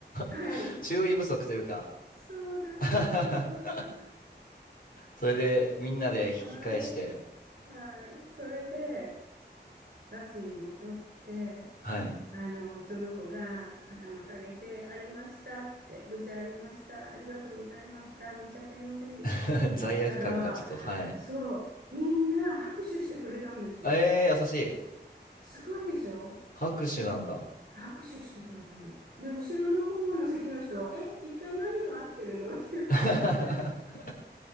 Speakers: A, on the right; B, on the left.
A: はい。
B: <laughs> 注意不足というか
A: そうなんですよ。
B: <laughs> それで、みんなで引き返して、
A: はい。はい。それで、バスに戻って、
B: はい。
A: あの、その子が頭下げて、ありましたって、無事ありました、ありがとうございました、申し訳ありませんでしたって言ったら、
B: <laughs> 罪悪感がちょっと、はい。
A: そう、みんな拍手してくれたんですよ。
B: えー、優しい。
A: すごいでしょ
B: 拍手なんだ。
A: 拍手してくれたの。で、後ろの方の席の人は、え、一体何が合ってるのっていう感じで。
B: <laughs>